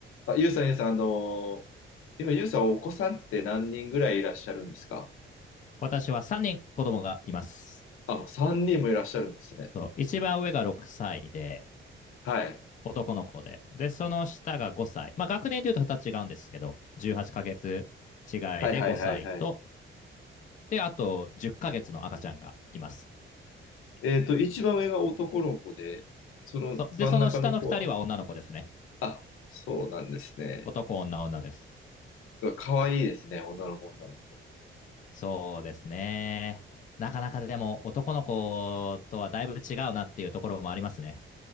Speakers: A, on the left (about 85°); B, on the left (about 40°).
A: あ、ゆうさん、ゆうさん、あのー今、ゆうさん、お子さんって何人ぐらいいらっしゃるんですか
B: 私は3人子供がいます。
A: あ、もう3人もいらっしゃるんですね。
B: そう一番上が6歳で、
A: はい。
B: 男の子で。で、その下が5歳。まあ、学年でいうと2つ違うんですけど、18ヶ月違いで5歳と、
A: はいはいはいはい。
B: で、あと10ヶ月の赤ちゃんがいます。
A: えっと、一番上が男の子で、その真ん中の子は、
B: そうで、その下の2人は女の子ですね。
A: あ、そうなんですね。
B: 男、女、女です。
A: うわ可愛いですね、女の子、女の子。
B: そうですね。なかなかでも男の子とはだいぶ違うなっていうところもありますね。